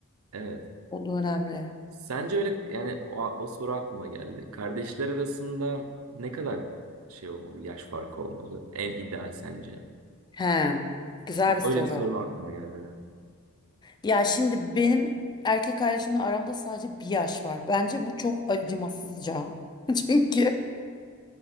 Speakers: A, on the right; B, on the left.
A: Evet.
B: o da önemli.
A: Sence öyle yani o, o soru aklıma geldi. Kardeşler arasında ne kadar şey olmalı, yaş farkı olmalı? En ideal sence?
B: He, güzel
A: O-
B: bir soru.
A: Öyle bir soru aklıma geldi.
B: Ya şimdi benim erkek kardeşimle aramda sadece bir yaş var. Bence bu çok acımasızca. <laughs> Çünkü